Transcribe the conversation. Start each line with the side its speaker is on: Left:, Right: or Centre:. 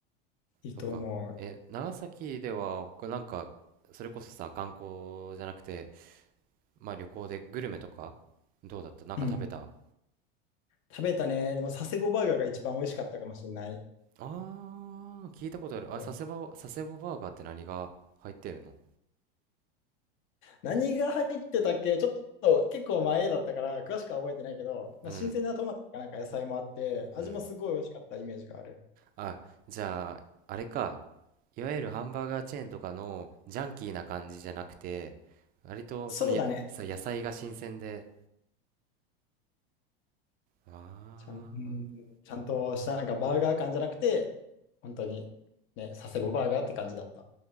Left: いいと思う。
Right: そっか。え、長崎では他なんか、それこそさ、観光じゃなくて、まあ旅行でグルメとか、どうだったなんか食べた
Left: うん。食べたね。でも佐世保バーガーが一番美味しかったかもしれない。
Right: あー、聞いたことある。
Left: そう
Right: あ、佐世保、佐世保バーガーって何が入ってるの
Left: 何が入ってたっけちょっと結構前だったから詳しくは覚えてないけど、まあ、
Right: うん、
Left: 新鮮なトマトとかなんか野菜もあって、味もすごい美味しかったイメージがある。
Right: うん。あ、じゃあ、あれか。いわゆるハンバーガーチェーンとかのジャンキーな感じじゃなくて、割とそのや、
Left: そうだね。
Right: さ野菜が新鮮で。あー
Left: ちゃん、うんちゃんとしたなんかバーガー感じゃなくて、本当にね、佐世保バーガーって感じだった。